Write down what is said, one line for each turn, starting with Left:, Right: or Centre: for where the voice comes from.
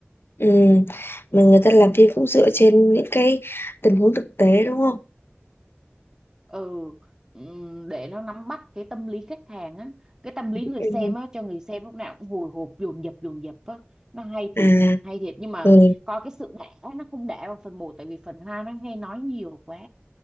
Left: ừ, mà người ta làm phim cũng dựa trên những cái tình huống thực tế đúng không
Right: ừ ừm, để nó nắm bắt cái tâm lý khách hàng á cái tâm lý
Left: ừ.
Right: người xem á cho người xem lúc nào cũng hồi hộp dồn dập dồn dập á nó hay thiệt
Left: à
Right: hay thiệt nhưng mà
Left: ừ.
Right: coi cái sự đã nó không đã vào phần một, tại vì phần hai nó hay nói nhiều quá